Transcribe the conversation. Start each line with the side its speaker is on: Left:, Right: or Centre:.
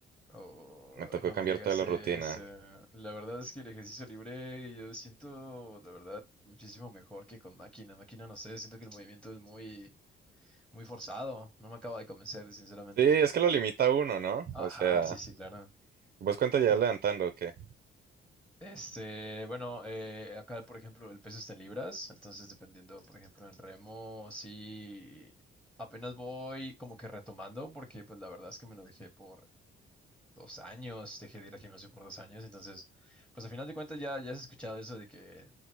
Centre: Oh,
Right: Me tocó
Centre: no
Right: cambiar
Centre: me digas
Right: toda la
Centre: eso.
Right: rutina.
Centre: La verdad es que el ejercicio libre yo siento, la verdad, muchísimo mejor que con máquina. Máquina, no sé, siento que el movimiento es muy, muy forzado. No me acaba de convencer, sinceramente.
Right: Sí, es que lo limita a uno, ¿no?
Centre: Ajá,
Right: O sea,
Centre: sí, sí, claro.
Right: ¿vos cuánto llevas
Centre: Com-
Right: levantando o qué?
Centre: Este, bueno, eh, acá, por ejemplo, el peso está en libras, entonces dependiendo, por ejemplo, en remo, sí, apenas voy como que retomando, porque pues la verdad es que me lo dejé por dos años, dejé de ir al gimnasio por dos años, entonces, pues al final de cuentas ya, ya has escuchado eso de que